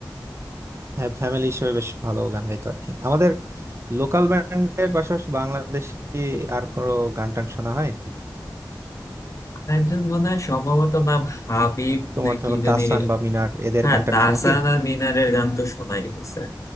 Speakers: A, on the right; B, on the left.
A: হ্যাঁ ফ্যামিলি হিসেবে বেশ ভালো গান গাইতো আর কি আমাদের লোকাল ব্যান্ডের পাশাপাশি বাংলাদেশি আর কোনো গান টান শোনা হয়
B: একজন মনে হয় সম্ভবত নাম হাবিব
A: তোমার
B: নাকি
A: ধরো
B: জানি
A: তাসান বা মিনার এদের
B: হ্যাঁ
A: গান টান
B: তাহসান
A: শোনো কি
B: আর মিনারের গান তো শোনাই হয়েছে